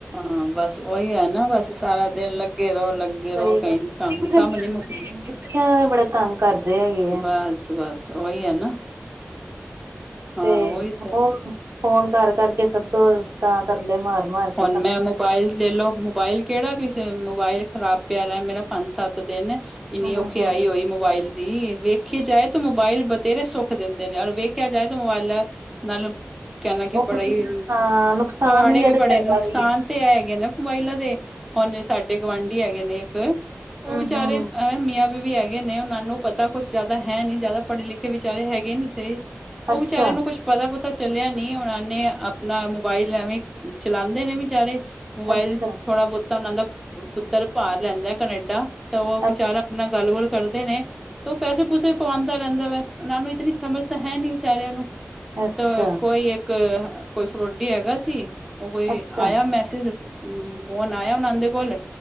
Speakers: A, in the centre; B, on the right (about 75°).
A: ਹਾਂ ਬਸ ਉਹੀ ਹੈ ਨਾ ਬਸ ਸਾਰਾ ਦਿਨ ਲੱਗੇ ਰਹੋ ਲੱਗੇ ਰਹੋ
B: ਸਹੀ
A: ਕਈ।
B: ਗੱਲ
A: ਕੰਮ ਕੰਮ ਨਹੀਂ ਮੁੱਕਦੇ।
B: ਮਿਸਤਰੀਆਂ ਬੜੇ ਤੰਗ ਕਰਦੇ ਹੈਗੇ ਐ।
A: ਬਸ ਬਸ ਉਹੀ ਹੈ ਨਾ ਹਾਂ
B: ਤੇ
A: ਉਹੀ
B: ਉਹ ਫੋਨ ਕਰ- ਕਰ ਕੇ ਸੱਦੋ ਤਾਂ ਤਰਲੇ ਮਾਰ- ਮਾਰ ਕੇ
A: ਹੁਣ
B: ਤਾਂ।
A: ਮੈਂ ਮੋਬਾਇਲ ਲੈ ਲੋ ਮੋਬਾਇਲ ਕਿਹੜਾ ਕਿਸ ਮੋਬਾਇਲ ਖ਼ਰਾਬ ਪਿਆ ਰਿਹਾ ਮੇਰਾ ਪੰਜ ਸੱਤ ਦਿਨ। ਇੰਨੀ
B: ਹੂੰ
A: ਔਖੀ
B: ਹੂੰ
A: ਆਈ ਹੋਈ ਮੋਬਾਇਲ। ਦੀ ਵੇਖਿਆ ਜਾਏ ਤਾਂ ਮੋਬਾਇਲ ਬਥੇਰੇ ਸੁੱਖ ਦਿੰਦੇ ਨੇ ਔਰ ਵੇਖਿਆ ਜਾਏ ਤਾਂ ਮੋਬਾਇਲ। ਨਾਲ ਕਹਿੰਦਾ ਕਿ ਬੜਾ
B: ਉਹੀ
A: ਹੀ
B: ਹਾਂ ਨੁਕਸਾਨ
A: ਪਵਾੜੇ ਵੀ।
B: ਹੈ ਤੇ
A: ਬੜੇ
B: ਫਾਇਦਾ
A: ਨੁਕਸਾਨ
B: ਵੀ ਹੈ।
A: ਤੇ ਇਹ ਹੈਗੇ ਨੇ ਮੋਬਾਈਲਾਂ ਦੇ ਹੁਣੇ ਸਾਡੇ ਗੁਆਂਢੀ ਹੈਗੇ ਨੇ ਇੱਕ। ਉਹ
B: ਹੂੰ
A: ਵਿਚਾਰੇ
B: ਹੂੰ
A: ਮੀਆਂ ਬੀਵੀ ਹੈਗੇ ਨੇ ਉਹਨਾਂ ਨੂੰ ਪਤਾ ਕੁਛ ਜ਼ਿਆਦਾ ਹੈ ਨੀ ਜ਼ਿਆਦਾ ਪੜ੍ਹੇ ਲਿਖੇ। ਵਿਚਾਰੇ ਹੈਗੇ ਨੀ ਸਹੀ ਉਹ
B: ਅੱਛਾ
A: ਵਿਚਾਰੇ ਨੂੰ ਕੁੱਛ। ਪਤਾ- ਪੁਤਾ ਚੱਲਿਆ ਨੀ ਹੋਣਾ ਉਹਣੇ ਆਪਣਾ ਮੋਬਾਇਲ ਐਵੇਂ ਚਲਾਉਂਦੇ ਨੇ ਵਿਚਾਰੇ। ਮੋਬਾਇਲ
B: ਅੱਛਾ
A: ਥੋੜਾ ਬਹੁਤਾ ਉਹਨਾਂ ਦਾ ਪੁੱਤਰ ਭਾਰ ਰਹਿੰਦਾ ਕਨੇਡਾ ਤਾਂ ਉਹ ਵਿਚਾਰਾ।
B: ਅੱਛਾ
A: ਉਹਦੇ ਨਾਲ ਗੱਲ ਗੁਲ ਕਰਦੇ ਨੇ ਤੇ ਉਹ ਪੈਸੇ ਪੂਸੇ ਵੀ ਪਾਵਾਉਂਦਾ ਰਹਿੰਦਾ ਵੈ ਉਹਨਾਂ ਨੂੰ ਇਤਨੀ ਸਮਝ ਤਾਂ ਹੈ ਨੀ ਵਿਚਾਰਿਆਂ ਨੂੰ
B: ਅੱਛਾ ਅੱਛਾ।
A: ਤਾਂ ਕੋਈ ਇੱਕ ਕੋਈ ਫਰੋਡੀ ਹੈਗਾ ਸੀ ਉਹ ਕੋਈ
B: ਅੱਛਾ
A: ਆਇਆ ਮੈਂ <unintelligible> ਫੋਨ ਆਇਆ ਉਹਨਾਂ ਦੇ ਕੋਲ